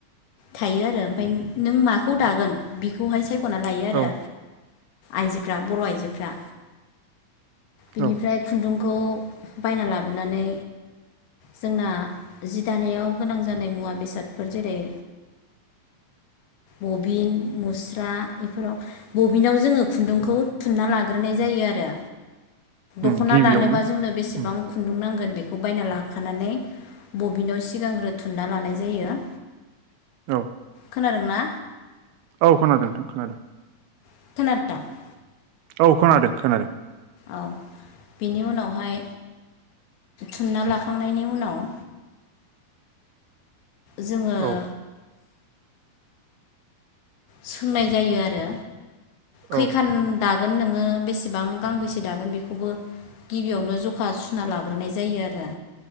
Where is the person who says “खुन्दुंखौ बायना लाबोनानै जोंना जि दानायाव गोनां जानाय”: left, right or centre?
Left